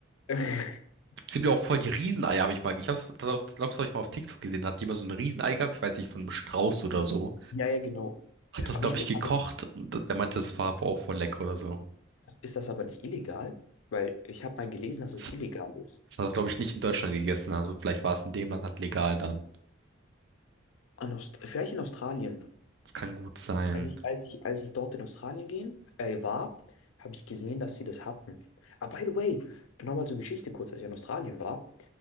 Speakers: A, on the left; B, on the right.
A: <laughs>
B: Es gibt ja auch voll die Rieseneier, habe ich mal. Ich hab's- glaub, das habe ich mal auf TikTok gesehen. Da hat jemand so ein Riesenei gehabt, ich weiß nicht, von einem Strauß oder so.
A: Ja, ja, genau.
B: Hat das,
A: Aber
B: glaube
A: ich
B: ich,
A: würde
B: gekocht. Und Der meinte, das war auch voll lecker oder so.
A: Das, ist das aber nicht illegal? Weil ich habe mal gelesen, dass
B: Das
A: es
B: hat,
A: illegal ist.
B: das hat er, glaube ich, nicht in Deutschland gegessen. Also vielleicht war es in dem Land halt legal dann.
A: An Aust vielleicht in Australien.
B: Das kann gut sein.
A: Als ich, als ich, als ich dort in Australien gehen, äh, war, habe ich gesehen, dass sie das hatten. Ah, by the way, nochmal zur Geschichte kurz, als ich in Australien war.